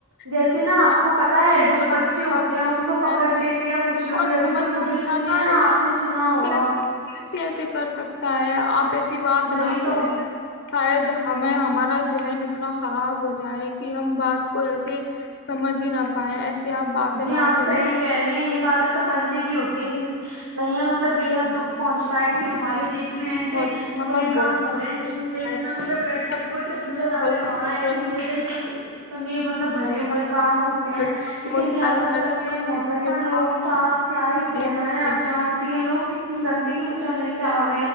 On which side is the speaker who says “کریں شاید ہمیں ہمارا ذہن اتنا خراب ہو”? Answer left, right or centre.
Left